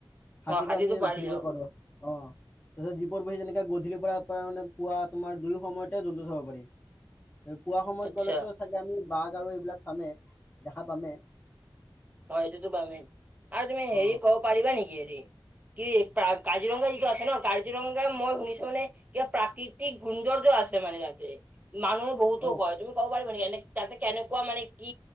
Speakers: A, on the left (about 15°); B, on the right (about 20°).
A: হাতীতো
B: অ হাতীটো
A: আমি
B: পাৰি
A: ঘূৰিব
B: অ
A: পাৰো অ তাপিছত জীপত বহি যেনেকে গধূলিৰ পৰা ত মানে পুৱা তোমাৰ দুয়ো সময়তে জন্তু চাব পাৰি। পুৱা সময়ত
B: আচ্ছা
A: গ'লেতো চাগে আমি বাঘ আৰু এইবিলাক চামে দেখা পামে।
B: হয় এইটোতো বামে আৰু তুমি হেৰি
A: অ
B: ক'ব পাৰিবা নেকি কি কাজিৰঙা যিটো আছে ন কাজিৰঙা মই শুনিছো মানে কিবা প্ৰাকৃতিক সৌন্দৰ্য আছে মানে যাতে মানুহে বহুতো
A: অ
B: কয় তুমি ক'ব পাৰিবা নে এনে তাতে কেনেকুৱা মানে কি